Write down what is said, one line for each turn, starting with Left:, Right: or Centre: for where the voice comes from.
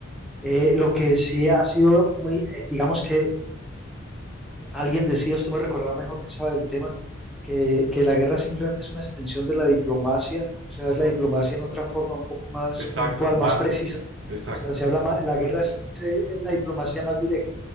Centre: Eh, lo que sí ha sido muy, eh, digamos que alguien decía, usted me recordará mejor que sabe del tema, que, que la guerra simplemente es una extensión de la diplomacia, o sea,
Right: Ujú,
Centre: es la diplomacia en otra forma un poco más
Right: Exacta,
Centre: puntual,
Right: ma-
Centre: más precisa. O
Right: exacta,
Centre: sea, se habla más, la guerra es, eh, la diplomacia más directa.